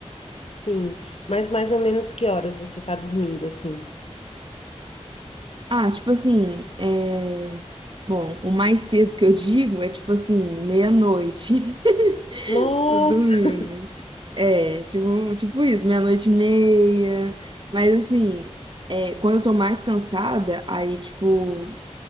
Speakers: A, on the left; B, on the right.
A: Sim. Mas mais ou menos que horas você tá dormindo, assim?
B: Ah, tipo assim, é, Bom, o mais cedo que eu digo é tipo assim, meia-noite, <laughs>
A: Nossa.
B: tô dormindo. É, tipo, tipo isso, meia-noite e meia. Mas assim, é, quando eu tô mais cansada, aí tipo,